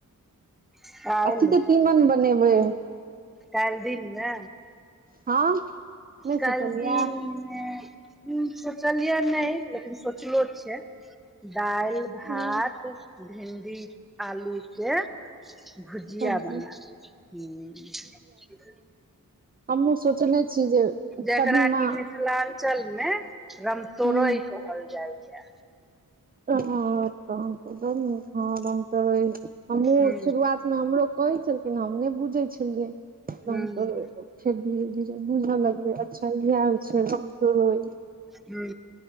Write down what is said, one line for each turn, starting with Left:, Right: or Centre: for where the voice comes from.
Centre: काल्हि
Right: अथी के तीमन बनेबै
Centre: काल्हि दिनमे
Right: हँ नहि सोचलियै
Centre: काल्हि दिनमे हम सोचलियै नहि लेकिन सोचलो छै दालि भात
Right: हँ
Centre: भिंडी आलू के भुजिया
Right: सब्जी
Centre: बनेब हू
Right: हमहुॅं सोचने छी जे
Centre: जकरा
Right: कदीमा
Centre: कि मिथिलांचल मे रमतोड़ई
Right: हूँ
Centre: कहल जाइये
Right: हॅं तहन तऽ बड नीक हं रमतोरयि हमहुँ
Centre: ह
Right: शुरुआत मे हमरो कहै छलखिन हम नय बुझै छलियै
Centre: ह
Right: रमतोरई फेर धीेरे- धीरे बुझऽ लगलै अच्छा इएह होइ छै रमतोरइ
Centre: हू